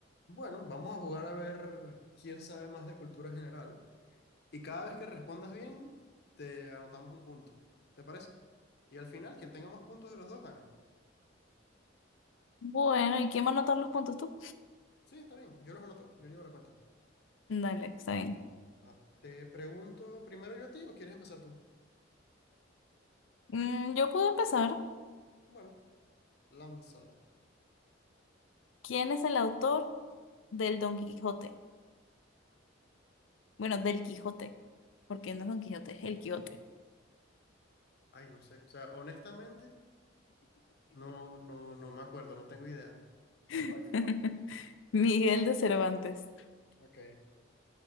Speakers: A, on the left; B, on the left.
A: Bueno, vamos a jugar a ver quién sabe más de cultura general. Y cada vez que respondas bien, te anotamos un punto. ¿Te parece? Y al final, quien tenga más puntos de los dos gana.
B: Bueno, ¿y quién va a anotar los puntos tú?
A: Sí, está bien. Yo los anoto. Yo llevo la cuenta.
B: Dale, está bien.
A: Ajá. Te pregunto primero yo a ti o quieres empezar tú.
B: Mm, yo puedo empezar.
A: Bueno, lánzala.
B: ¿Quién es el autor del Don Quijote? Bueno, del Quijote, porque no es Don Quijote, es el Quijote.
A: Ay, no sé. O sea, honestamente, no, no, no me acuerdo. No tengo idea.
B: <laughs>
A: Fallo.
B: Miguel de Cervantes.
A: Ok,